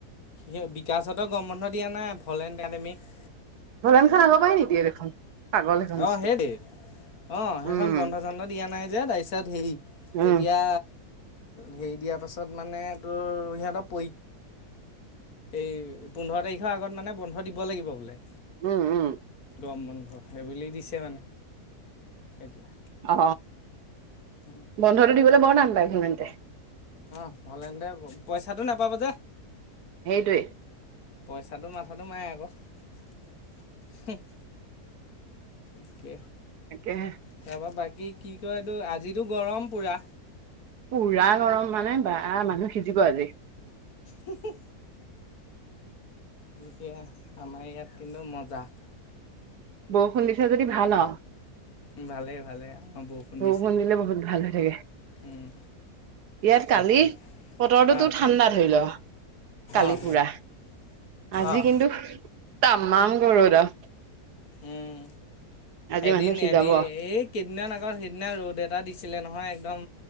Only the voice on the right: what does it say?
ধৰান খান আগৰ পাই নিদিয়ে দেখোন পাগল এখন
স্কুল
উম
উম
উম উম-
অ
বন্ধটো দিবলৈ বৰ টান পায় সিহঁতে
সেইটোৱে
তাকেহে
পুৰা গৰম মানে বা মানুহ সিজিব আজি।
বৰষুণ দিছে যদি ভাল আৰু
বৰষুণ
দিলে বহুত ভাল হৈ থাকে।
ইয়াত কালি
বতৰটোতো
ঠাণ্ডা ধৰি লোৱা। কালি
পুৰা আজি
কিন্তু তামান গৰুত
আজি
মানুহ সিজাব